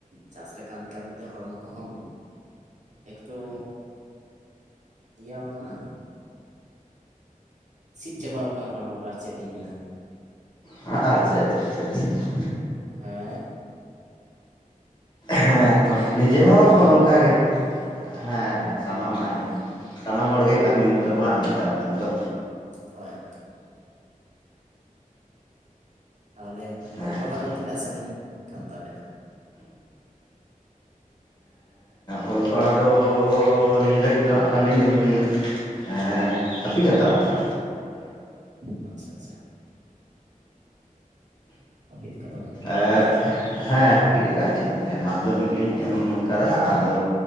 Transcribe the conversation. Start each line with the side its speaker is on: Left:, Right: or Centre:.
Right: ᱪᱟᱥ ᱨᱮ ᱠᱟᱢᱤ ᱠᱟᱢᱤᱛᱮ ᱦᱚᱲᱢᱚ ᱠᱚᱦᱚᱸ᱾ ᱮᱠᱴᱩ ᱤᱭᱟᱣ ᱠᱟᱱᱟ᱾ ᱥᱤᱫᱽ ᱪᱟᱵᱟᱣ ᱠᱟᱱᱟ ᱦᱚᱲᱢᱚ ᱠᱚ ᱟᱨ ᱪᱮᱜ ᱞᱤᱧ ᱢᱮᱱᱟ᱾
Left: ᱟ ᱟ-ᱪᱪᱷᱟ ᱪᱷᱟ ᱪᱷᱟ ᱪᱷᱟ᱾
Right: ᱦᱮᱸ᱾
Left: ᱦᱮᱸ
Right: ᱡᱚᱛᱚᱱᱟᱜ
Left: ᱛᱚ
Right: ᱜᱮᱛᱚ
Left: ᱱᱤᱡᱮ
Right: ᱠᱟᱹᱢᱤ
Left: ᱦᱚᱸ
Right: ᱦᱩᱭᱩᱜ
Left: ᱦᱚᱸ
Right: ᱛᱟᱵᱚᱱᱟ
Left: ᱚᱱᱠᱟᱜᱮ᱾ ᱦᱮᱸ
Right: ᱦᱩᱸ
Left: ᱦᱮᱸ ᱥᱟᱱᱟᱢ ᱟᱭ ᱥᱟᱱᱟᱢ ᱦᱚᱲᱜᱮ
Right: ᱦᱩᱸ
Left: ᱠᱟᱢᱤ ᱦᱩᱭᱩᱜ ᱛᱟᱵᱚᱱᱟ ᱱᱮᱛᱟᱨ ᱫᱤᱱ ᱫᱚ᱾
Right: ᱦᱚᱭ ᱦᱚᱭ᱾ ᱛᱟᱦᱞᱮ
Left: ᱦᱮᱸ
Right: ᱚᱞ ᱯᱟᱲᱦᱟᱣ
Left: ᱛᱚ
Right: ᱫᱚ ᱛᱤᱱᱟᱹᱜ ᱥᱟᱸᱜᱤᱧ ᱠᱟᱱ ᱛᱟᱵᱮᱱᱟ᱾
Left: ᱚᱞ ᱯᱟᱲᱦᱟᱣ ᱫᱚᱻ ᱱᱤᱭᱟᱹ ᱜᱷᱟᱸᱲᱤᱡ ᱫᱚ ᱦᱟᱸᱜ ᱠᱷᱟᱱᱞᱤᱧ᱾ ᱮᱸ ᱦᱟᱯᱤᱫ ᱦᱟᱛᱟᱲ ᱠᱟᱫᱟ᱾
Right: ᱟᱪᱪᱷᱟ ᱟᱪᱷᱟ ᱦᱟᱯᱤᱫ ᱠᱟᱫᱟ ᱵᱤᱱ᱾
Left: ᱮᱸᱫ ᱦᱮᱸ ᱦᱟᱯᱤᱫ ᱠᱟᱜ-ᱟ ᱞᱤᱧ ᱢᱟᱫᱽᱫᱷᱚᱢᱤᱠ ᱞᱤᱧ ᱮᱢ ᱠᱟᱫᱟ ᱟᱫᱚ᱾